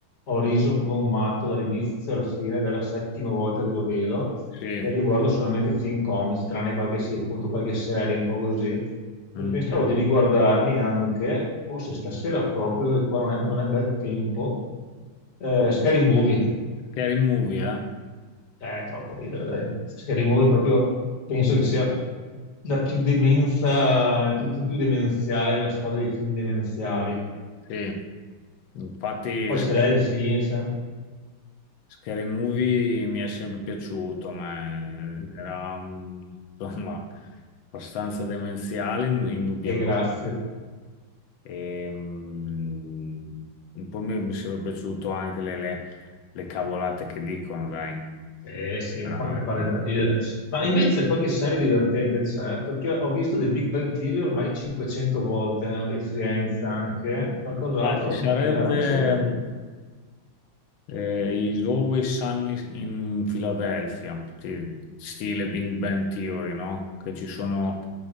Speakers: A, on the left; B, on the left.
A: Ho riso come un matto dall'inizio alla fine, ed è la settima volta che lo vedo.
B: sì.
A: E io guardo solamente film comics, tranne qualche, sì, appunto, qualche serie, un po' così. E
B: Mm.
A: pensavo di riguardarmi anche, forse stasera proprio, che qua non è, non è bel tempo, eh, Scary Movie.
B: Scary Movie, eh?
A: Cioè, è troppo ridere, dai. Scary Movie proprio penso che sia la più demenza, il film più demenziale nella storia dei film demenziali.
B: Sì. Infatti,
A: Poi
B: Sc-
A: c'è Leslie Nielsen
B: Scary Movie mi è sempre piaciuto, ma era, mm, insomma, abbastanza demenziale, ind- indubbiamente.
A: e grazie.
B: E, mm, poi mi, mi sarebbe piaciuto anche le, le- le cavolate che dicono, dai.
A: Sì, sì,
B: Dai.
A: mi fa crepare da ridere. Ma invece qualche serie divertente c'è, perché ho visto The Big Bang Theory ormai 500 volte, eh, e Friends anche. Qualcos'altro
B: Ah, ci
A: da
B: sarebbe
A: consigliarmi c'è? È
B: mm, eh, Is Always Sunny in Philadelphia, sì, stile Big Bang Theory, no? Che ci sono,